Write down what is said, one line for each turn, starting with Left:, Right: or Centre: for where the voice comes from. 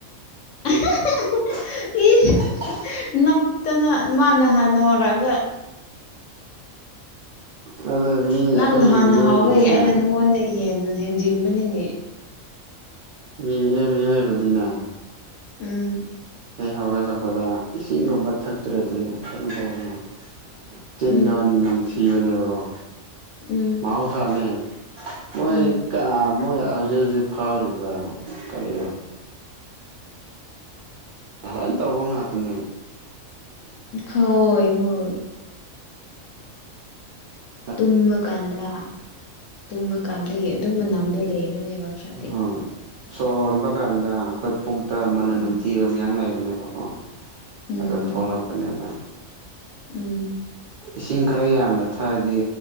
Left: <unintelligible>
Right: <unintelligible>
Left: ꯏꯁ ꯅꯞꯇꯅ ꯃꯥꯅ ꯍꯥꯟꯅ ꯍꯧꯔꯛꯑꯒ
Right: ꯑꯗ ꯃꯤ
Left: ꯅꯪ
Right: ꯑꯩꯈꯣꯏ
Left: ꯅꯍꯥꯟꯅ
Right: ꯃꯤꯑꯣꯏꯕꯗꯤꯅꯦ
Left: ꯍꯥꯎꯕꯩ ꯑꯩꯅ ꯅꯪꯉꯣꯟꯗ ꯍꯦꯟꯖꯤꯟꯕꯅꯤꯅꯦ
Right: ꯃꯤꯑ ꯃꯤꯑꯣꯏꯕꯗꯨꯅꯦ
Left: ꯎꯝ
Right: ꯍꯦꯛ ꯍꯧꯒꯠꯂꯛꯄꯗ ꯏꯁꯤꯡꯒꯨꯝꯕ ꯊꯛꯇ꯭ꯔꯗꯤ ꯀꯩꯅꯣ ꯇꯧꯔꯅꯤ ꯇꯤꯟꯗꯣꯟ
Left: ꯎꯝ
Right: ꯅꯝꯊꯤꯕꯅꯦꯕꯀꯣ
Left: ꯎꯝ
Right: ꯃꯍꯧꯁꯥꯅꯦ ꯃꯣꯏ
Left: ꯎꯝ
Right: ꯀ ꯃꯣꯏ ꯍꯧꯖꯤꯛ ꯍꯧꯖꯤꯛ ꯐꯥꯎꯔꯤꯕ ꯀꯔꯤ ꯣꯏ ꯇꯧꯕ ꯉꯥꯛꯇꯅꯦ
Left: ꯍꯣꯏ ꯍꯣꯏ
Right: ꯍ
Left: ꯇꯨꯝꯕ ꯀꯥꯟꯗ ꯇꯨꯝꯕ ꯀꯥꯟꯗ ꯑꯗꯨꯝ ꯃꯅꯝꯗꯣ ꯂꯩꯕꯅꯦꯕ ꯈꯔꯗꯤ
Right: ꯍ ꯁꯣꯔ ꯍꯣꯟꯕ ꯀꯥꯟꯗ ꯑꯩꯈꯣꯏ ꯄꯨꯛꯇ ꯃꯅꯝ
Left: ꯎꯝ
Right: ꯅꯝꯊꯤꯕ ꯃꯌꯥꯝ ꯂꯩꯕꯅꯦꯕꯣ ꯀ
Left: ꯎꯝ
Right: ꯑꯗꯨ ꯊꯣꯛꯂꯛꯄꯅꯦꯕ
Left: ꯎꯝ
Right: ꯏꯁꯤꯡ ꯈꯔ ꯌꯥꯝꯅ ꯊꯥꯗꯤ